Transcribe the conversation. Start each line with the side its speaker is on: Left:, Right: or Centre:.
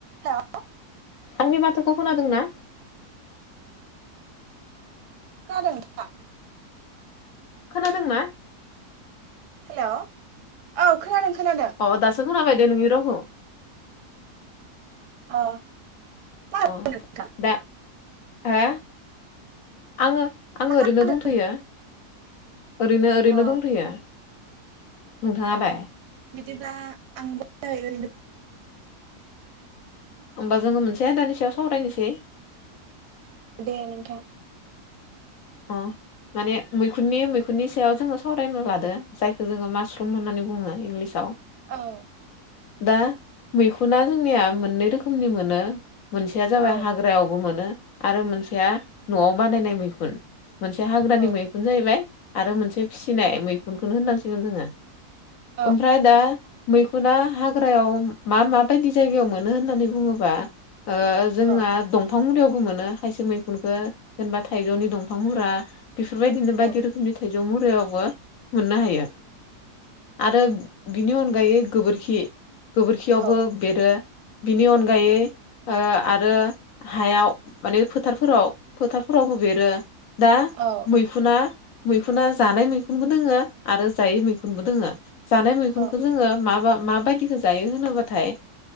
Right: Hello
Left: आंनि माथोखौ खोनादों ना
Right: खोनादों नोंथाङा
Left: खोनादों ना
Right: हेल' औ खोनादों खोनादों
Left: अ दासो खोनाबाय दे नोंनि रावखौ
Right: अ मा
Left: अ
Right: नोंथां
Left: दा हा आङो आङो
Right: मा खालामदों
Left: ओरैनो दंथ'यो ओरैनो ओरैनो
Right: अ
Left: दंथ'यो नोंथाङालाय
Right: अ बिदिब्ला आंबो ओरैनो दं
Left: होमबा जोङो मोनसे दानि सायाव सावरायनोसै
Right: दे नोंथां
Left: अ माने मैखुननि मैखुननि सायाव जोङो सावरायनो लादों जायखौ जोङो मास्रुम होननानै बुङो इंलिसाव
Right: औ
Left: दा मैखुना जोंनिया मोननै रोखोमनि मोनो मोनसेया जाबाय
Right: औ
Left: हाग्रायाव मोनो आरो मोनसेया न'आव बानायनाय मैखुन मोनसे हाग्रानि
Right: औ
Left: मैखुन जाहैबाय आरो मोनसे फिसिनाय मैखुनखौनो होननांसिगोन जोङो
Right: औ
Left: ओमफ्राय दा मैखुना हाग्रायाव मा माबायदि जायगायाव मोनो होननानै बुङोबा जोंहा
Right: औ
Left: दंफां मुरायावबो मोनो खायसे मैखुनखौ जेनेबा थाइजौनि दंफां मुरा बेफोरबायदिनो बायदि
Right: औ
Left: रोखोमनि थाइजौ मुरायावबो मोननो हायो आरो बिनि अनगायै गोबोरखि गोबोरखियावबो
Right: औ
Left: बेरो बिनि अनगायै आरो हायाव माने फोथारफोराव फोथारफोरावबो बेरो दा
Right: औ
Left: मैखुना मैखुना जानाय मैखुनबो दोङो आरो जायै मैखुनबो दोङो जानाय मैगुनखौ
Right: औ
Left: जोङो मा माबायदिखौ जायो होनोबाथाय